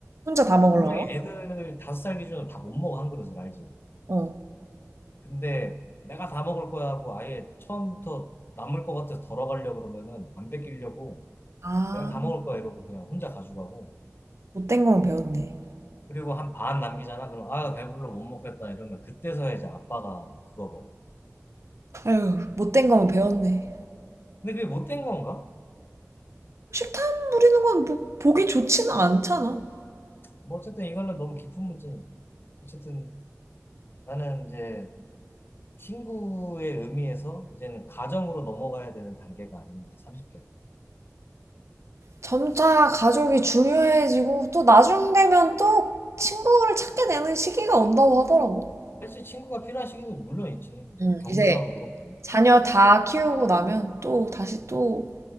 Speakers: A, on the right; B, on the left.
A: 혼자 다 먹으려나?
B: 분명히 애들 다섯 살 기준으로 다 못 먹어, 한 그릇을 알지.
A: 어.
B: 근데 내가 다 먹을 거야 하고 아예 처음부터 남을 것 같아서 덜어가려고 그러면은 안 뺏기려고
A: 아,
B: 내가 다 먹을 거야 이러고 그냥 혼자 가져가고
A: 못된 거만 배웠네.
B: 그리고 한 반 남기잖아. 그럼 아, 배불러 못 먹겠다 이러면 그때서야 이제 아빠가 그거 먹어.
A: 아유, 못된 거만 배웠네.
B: 근데 그게 못된 건가?
A: 식탐 부리는 건 뭐, 보기 좋지는 않잖아.
B: 뭐 어쨌든 이거는 너무 깊은 문제니까. 어쨌든 나는 이제 친구의 의미에서 이제는 가정으로 넘어가야 되는 단계가 아닌가, 30대가.
A: 점차 가족이 중요해지고, 또 나중 되면 또 친구를 찾게 되는 시기가 온다고 하더라고.
B: 그치, 친구가 필요한 시기도 물론 있지. 뭐
A: 응.
B: 경조사도
A: 이제
B: 그렇고.
A: 자녀 다 키우고 나면 또 다시 또